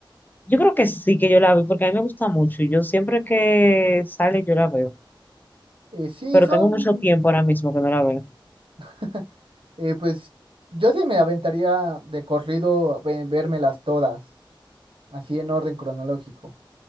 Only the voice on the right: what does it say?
Eh, sí,
son,
<laughs> eh, pues yo sí me aventaría de corrido ve- vérmelas todas, así en orden cronológico.